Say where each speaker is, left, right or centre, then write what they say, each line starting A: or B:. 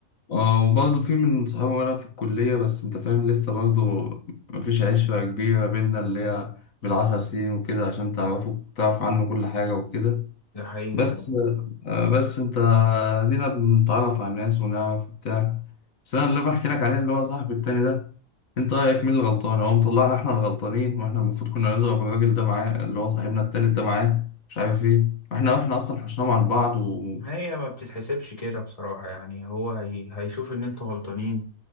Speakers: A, on the left; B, on the left.
A: اه وبرضه في من صحابي وانا في الكليه بس انت فاهم لسه برضه مفيش عشره كبيره بينا اللي هي بالعشر سنين وكده عشان تعرفوا تعرف عنه كل حاجه وكده
B: ده حقيقي
A: بس
B: فعلا.
A: آه، بس انت دينا بنتعرف على الناس ونعرف بتاع بس انا اللي بحكي لك عليه اللي هو صاحبي التاني ده انت رايك مين اللي غلطان هو مطلعنا احنا الغلطانين واحنا المفروض كنا نضرب الراجل ده معاه اللي هو صاحبنا التالت ده معاه مش عارف ايه واحنا واحنا اصلا حشناهم عن بعض و
B: ما هي ما بتتحسبش كده بصراحة يعني هو هي... هيشوف ان انتوا غلطانين